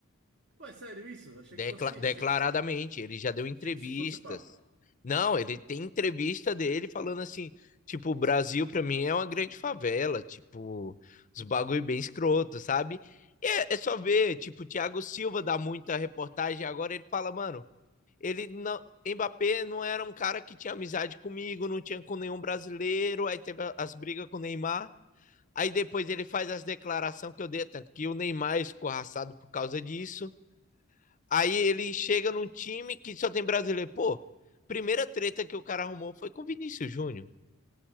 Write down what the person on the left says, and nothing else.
Decla-
declaradamente,
ele já deu entrevistas.
Não, ele tem entrevista dele falando assim, tipo, o Brasil pra mim é uma grande favela, tipo, os bagulho bem escroto, sabe? E é, é só ver, tipo, o Thiago Silva dá muita reportagem agora, ele fala, mano, ele não, Mbappé não era um cara que tinha amizade comigo, não tinha com nenhum brasileiro, aí teve as brigas com o Neymar. Aí depois ele faz as declarações que eu dei, tanto que o Neymar é escorraçado por causa disso. Aí ele chega num time que só tem brasileiro. Pô, primeira treta que o cara arrumou foi com o Vinícius Júnior.